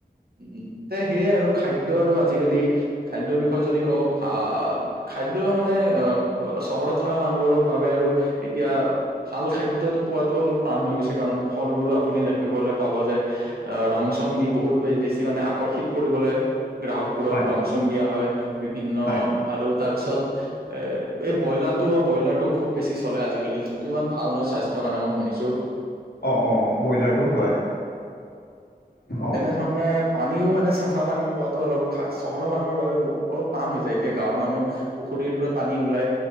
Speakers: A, on the right; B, on the left.
A: উম তে সেয়াই আৰু খাদ্য আৰু আজিকালি খাদ্যৰ বিষয়ে যদি কওঁ আহ খাদ্য মানে আহ চহৰত থকা মানুহবোৰক ভাৱে আৰু এতিয়া। ভাল খাদ্যতো পোৱাতো অলপ টান হৈ গৈছে কাৰণ ফলবোৰো আপুনি দেখিবলে পাব যে। অহ ৰং চং দি বহুত বে বেছি কি মানে আকৰ্ষিত কৰিবলৈ গ্ৰাহকবোৰক
B: হয়
A: ৰং চং দিয়া হয় বিভিন্ন।
B: হয়
A: আৰু তাৰপিছত এ এই ব্ৰইলাৰ টো ব্ৰইলাৰটো খুব বেছি চলে আজিকালি যোনটো ইমান ভাল নহয় স্বাস্থ্যৰ কাৰণে মই শুনিছো। <unintelligible>
B: অ', অ, ব্ৰইলাৰটো হয় অ,
A: ধৰণে। পানীও মানে চাফা পানী পোৱাতো অলপ খা চহৰৰ মানুহৰ বাবে বহু অলপ টান হৈ যায় এতিয়া গাঁৱৰ মানুহ। পুখুৰীৰ পৰা পানী ওলাই।